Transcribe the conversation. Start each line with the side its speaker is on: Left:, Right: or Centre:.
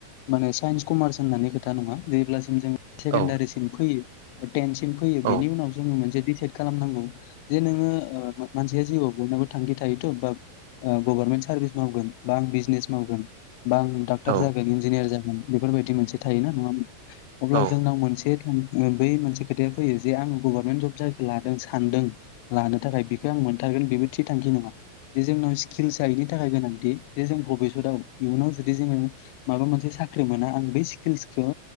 Left: माने साइन्स कमार्स होननानै खोथा नङा जेब्लासिम जों सेकेण्डारिसिम
Right: औ
Left: फैयो बा टेनसिम फैयो बिनि
Right: औ
Left: उनाव जोङो मोनसे दिसाइद खालामनांगौ जे नोङो ओ मानसिया जिउआव बयनाबो थांखि थायोथ' बा ओ गभारर्नमेन्ट सार्भिस मावगोन बा आं बिजनेस मावगोन बा आं डाक्टार
Right: औ
Left: जागोन इन्जिनियार जागोन बेफोरबायदि मोनसे थायोना नङा होनबा अब्ला
Right: औ
Left: जोंनाव मोनसे ओ बै मोनसे खोथाया फैयो जे आं गभर्नमेन्ट जब जाय लादों सानदों लानो थाखाय बेखौ आं मोनथारगोन बेबो थि थांखि नङा। जे जोंनाव स्किलआ बेनि थाखाय गोनां थि जे जों भबिसतआव इयुनाव जुदि जोङो माबा मोनसे साख्रि मोना आं बेै स्किल्सखौ